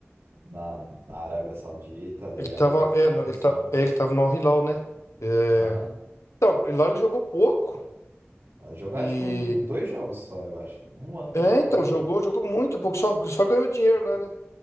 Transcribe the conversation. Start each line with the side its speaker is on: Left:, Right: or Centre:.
Right: na, na Arábia Saudita, daí
Left: Ele tava,
Right: agora ele
Left: é,
Right: tá
Left: no-
Right: no
Left: ele
Right: Santos.
Left: tá, é, ele tava no Al Hilal, né? É,
Right: Aham.
Left: então, e lá ele jogou pouco.
Right: Jogou
Left: E.
Right: acho que um, um, dois jogos só, eu acho. Um ano que
Left: É,
Right: ele ficou,
Left: então,
Right: jogou.
Left: jogou, jogou muito pouco, só, só ganhou dinheiro lá, né?